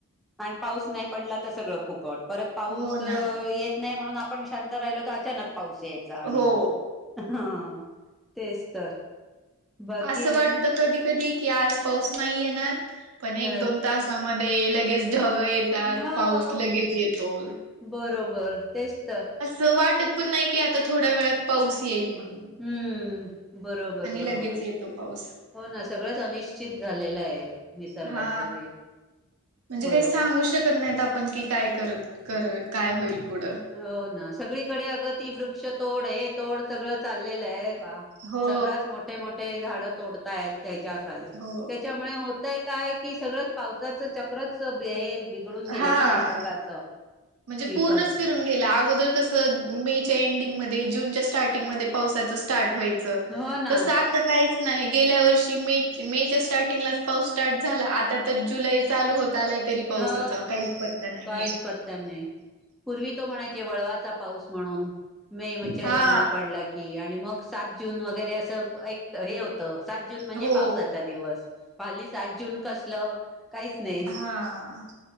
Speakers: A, in the centre; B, on the right.
A: आणि पाऊस नाही पडला तर सगळं फुकट. परत पाऊस,
B: हो ना
A: येत नाही म्हणून. आपण शांत राहिलो तर अचानक... पाऊस यायचा आणि
B: हो
A: हा. तेच तर. बाकी
B: असं
A: आणि
B: वाटत कधी कधी की आज... पाऊस नाही येणार. पण
A: अ,
B: एक दोन तास., मध्ये लगेच. ग येतात
A: हो
B: पाऊस लगेच येतो अस
A: बरोबर तेच तर
B: वाट... वा पण नाही की आता थोड्या वेळात पाऊस येईल मग...
A: हम्म. बरोबर बरोबर
B: लगेच येतो पाऊस
A: हो ना. सगळंच अनिश्चित झालेलं आहे. निसर्गाचं
B: हा
A: हे
B: म्हणजे
A: बरोबर
B: काही सांगू शकत नाहीत आप पण की काय कर कर काय होईल. पुढं
A: हो ना सगळीकडे <unintelligible> क्ष तोड हे तोड सगळं चाल झालेला आहे
B: हो
A: सर्रास मोठे मोठे झाड तोडता आहेत त्याच्या काली
B: हो
A: त्याच्यामुळे होतय काय कि सगळं पावसाचं चक्रच हे बिघडून गेलेय
B: हा
A: ना निसर्गाचं?
B: म्हणजे
A: ठीक
B: पूर्णच
A: आहे
B: अगोदर कस मेच्या एंडिंग जून स्ट पावसाचं स्टार्ट व्हायच
A: हो ना
B: तर आता नाही गेल्या वर्षी मे मेच्या स्टार्टिंगलाच पाऊस स्टार्ट झाला आता तर जुलै चालू होत आलाय तरी पावसाचा
A: हो!
B: काहीच पत्ता नाहीये
A: काहीच पत्ता नाही. पूर्वी तो म्हणायचे वळवाचा पाऊस म्हणून. मेव च्या
B: हा
A: एंड ला पडला की आणि मग सात जून वगैरे असं ऐक्त्त त हे होतं. सात जून म्हणजे
B: हो
A: पावसाचा दिवस. हल्लीली सात जून कसलं काहीच नाय
B: हां,